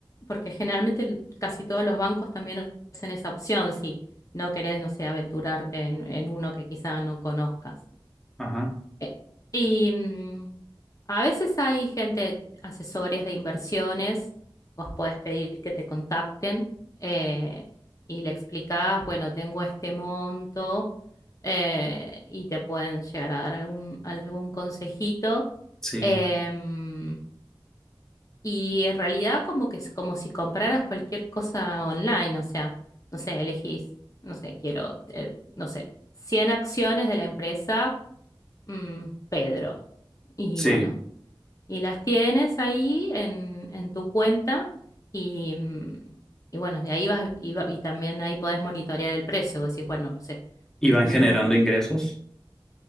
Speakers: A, on the left; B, in the centre.
A: porque generalmente el- casi todos los bancos también ofrecen esa opción si no querés, no sé, aventurarte en, en uno que quizá no conozcas.
B: ajá,
A: Eh, Y mm, a veces hay gente, asesores de inversiones, vos podés pedir que te contacten eh, y le explicás, bueno, tengo este monto eh, y te pueden llegar a dar algún, algún consejito.
B: sí,
A: Em, y en realidad como que es como si compraras cualquier cosa online, o sea, no sé, elegís, no sé, quiero, eh, no sé, 100 acciones de la empresa mm, Pedro. Y
B: sí.
A: bueno, y las tienes ahí en, en tu cuenta y, mm, y bueno, de ahí vas y, va- y también ahí podés monitorear el precio. Vos decís, bueno, no sé,
B: ¿Y
A: subieron.
B: van generando ingresos?